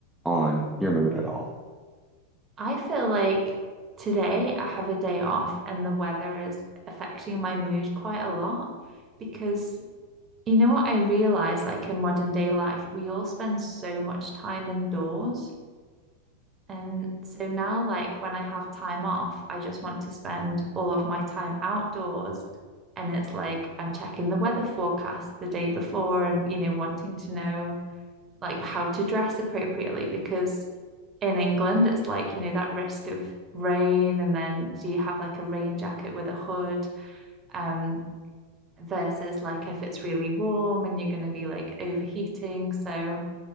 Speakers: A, in the centre; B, on the right (about 25°).
A: on your mood at all?
B: I feel like today I have a day off and the weather is affecting my mood quite a lot because you know what I realize like in modern day life we all spend so much time indoors and so now like when I have time off I just want to spend all of my time outdoors and it's like I'm checking the weather forecast the day before and you know wanting to know like how to dress appropriately because in England it's like you know that risk of rain and then do you have like a rain jacket with a hood um versus like if it's really warm and you're going to be like overheating so